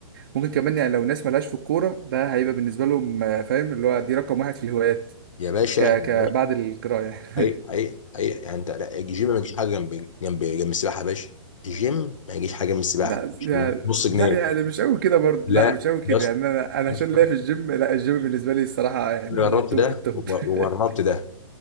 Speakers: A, on the right; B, on the left.
A: ممكن كمان يعني لو ناس ملهاش في الكوره ده هيبقى بالنسبه لهم فاهم اللي هو دي رقم واحد في الهوايات
B: يا باشا
A: ك...
B: يا
A: ك...
B: باشا
A: بعد القراءه يعني.
B: حقيقي حقيقي حقيقي يعني انت لا الجيم ما يجيش حاجه جنب جنب جنب السباحه يا باشا الجيم ما يجيش حاجه جنب السباحه
A: لا
B: مش
A: يعني
B: نص جنيه
A: لا يعني مش قوي كده برضه
B: لا
A: لا مش قوي كده
B: يا اسطى
A: يعني انا انا
B: يا
A: عشان
B: اسطى
A: ليا في الجيم لا الجيم بالنسبه لي الصراحه يعني
B: أنا جربت
A: توب
B: ده
A: التوب
B: وجربت
A: <laughs>
B: ده